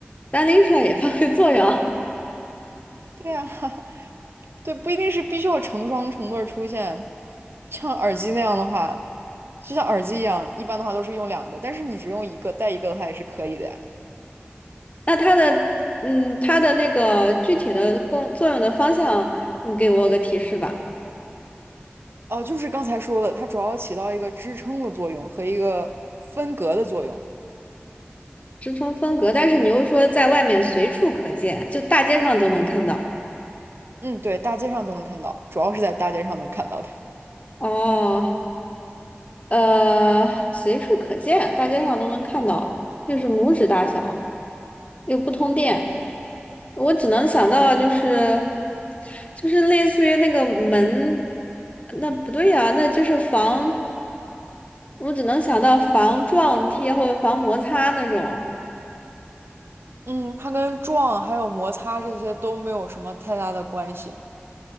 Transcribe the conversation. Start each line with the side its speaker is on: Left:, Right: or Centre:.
Left: 单拎出来也发挥作用。
Right: 对啊。<laughs> 对，不一定是必须要成双成对儿出现。像耳机那样的话，就像耳机一样，一般的话都是用两个，但是你只用一个，带一个的话也是可以的呀。
Left: <laughs> 那它的嗯，它的那个具体的功作用的方向，你给我个提示吧。
Right: 哦，就是刚才说的，它主要起到一个支撑的作用和一个分隔的作用。
Left: 支撑风格，但是你又说在外面随处可见，就大街上都能看到。
Right: 嗯，对，大街上都能看到，主要是在大街上能看到的。
Left: 哦，呃，随处可见，大街上都能看到，又是拇指大小，又不通电，我只能想到就是，就是类似于那个门，那不对呀、那就是防，我只能想到防撞贴或者防摩擦那种。
Right: 嗯，它跟撞还有摩擦这些都没有什么太大的关系。